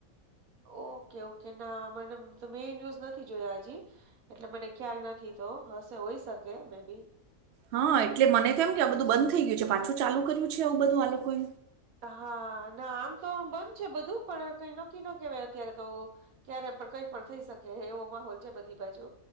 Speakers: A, on the right; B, on the right.
A: ઓકે ઓકે ના મને તો મે ન્યુઝ નથી જોયા હજી. એટલે મને ખ્યાલ નથી તો હશે હોય શકે મે બી
B: હા એટલે મને તો એમ કે
A: હા,
B: આ બધું
A: હા.
B: બંધ થઈ ગયુ, છે પાછું ચાલુ કર્યું છે આવું બધું આ લોકોએ
A: હા ના આમ તો આમ બંધ છે, બધું પણ કઈ નક્કી ન કેવાય અત્યારે તો ક્યારે પણ કઈ પણ થઈ શકે એવો માહોલ છે બધી બાજુ